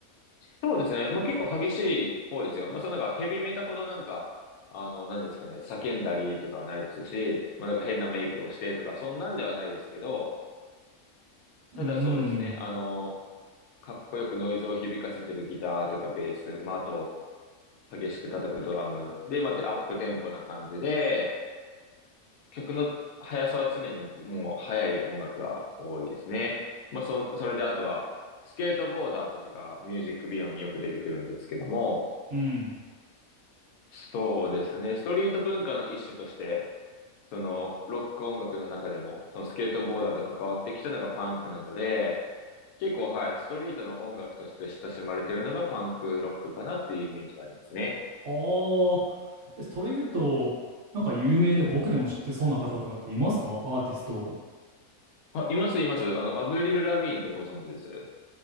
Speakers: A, on the left; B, on the right.
A: そうですね。まあ結構激しい方ですよ。まあそのなんかヘビメタほどなんか、あの、なんですかね、叫んだりとかはないですし、まあなんか変なメイクをしてとか、そんなんではないですけど、
B: うーん。
A: ただそうですね、あの、かっこよくノイズを響かせてるギターとかベース、まああと、激しく叩くドラム。で、まあ、アップテンポな感じで、曲の速さは常にもう速い音楽が多いですね。まあ、そ、それであとは、スケートボーダーとかがミュージックビデオによく出てくるんですけども、
B: うん。
A: そうですね。ストリート文化の一種として、そのロック音楽の中でも、そのスケートボーダーと関わってきたのがパンクなので、結構はい、ストリートの音楽として親しまれているのがパンクロックかなっていうイメージはありますね。
B: はあ。えそれ言うと、なんか有名で僕でも知ってそうな方とかっていますかアーティスト。
A: あ、います、います。あの、アブリル・ラビーンってご存知です。